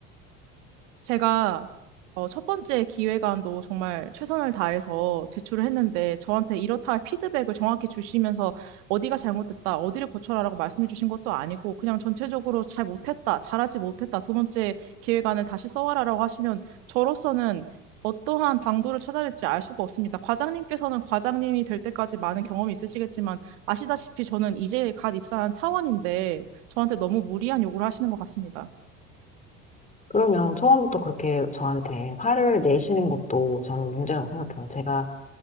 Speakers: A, on the right; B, on the left.
A: 제가 어, 첫 번째 기획안도 정말 최선을 다해서 제출을 했는데 저한테 이렇다 할 피드백을 정확히 주시면서 어디가 잘못됐다, 어디를 고쳐라라고 말씀해 주신 것도 아니고 그냥 전체적으로 잘 못했다, 잘하지 못했다, 두 번째 기획안을 다시 써와라라고 하시면 저로서는 어떠한 방도를 찾아야 될지 알 수가 없습니다. 과장님께서는 과장님이 될 때까지 많은 경험이 있으시겠지만 아시다시피 저는 이제 갓 입사한 사원인데 저한테 너무 무리한 요구를 하시는 것 같습니다.
B: 그러면 처음부터 그렇게 저한테 화를 내시는 것도 저는 문제라고 생각해요. 제가